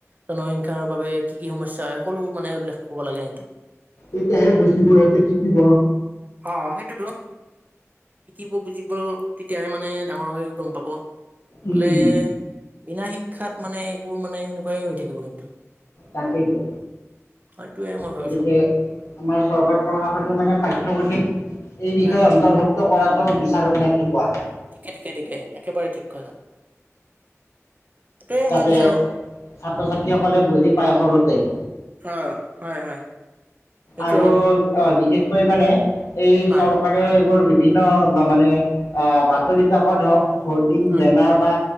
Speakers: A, on the right; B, on the left.
A: জনসংখ্যাৰ বাবে কি কি সমস্যা হয় সকলো মানে উল্লেখ কৰিব লাগে সিহঁতৰ।
B: এতিয়াহে বুজিব হিহঁতে কিকি ব্
A: অ সেইটোতো শিকিব বুজিব তেতিয়াহে মানে ডাঙৰ হৈ গম পাব। হলে
B: উম,
A: বিনা শিক্ষাত মানে এইবোৰ মানে সেনেকুৱাই হৈ থাকিব কিন্তু।
B: তাকেইতো।
A: সেইটোয়ে মই
B: গতিকে
A: ভাবিছো।
B: আমাৰ চৰকাৰ প্ৰশাসনেও মানে পাঠ্যপুথিত এই বিষয়ে
A: হয় হয়।
B: অন্তৰ্ভুক্ত কৰাটো বিচাৰো নে কি কোৱা?
A: ঠিকে ঠিকে ঠিকে একেবাৰে ঠিক কথা। সেইটোৱে
B: যাতে
A: মই বিচাৰো।
B: ছাত্ৰ ছাত্ৰীসকলে বুজি পায় সৰুতেই।
A: অ হয় হয় এইটোয়ে
B: আৰু অ, বিশেষকৈ মানে এই
A: হয়।
B: চৰকাৰে এইবোৰ বি ভিন্ন বা মানে আহ, বাতৰি কাকত হওক হৰ্ডিং
A: হয়
B: বেনাৰ বা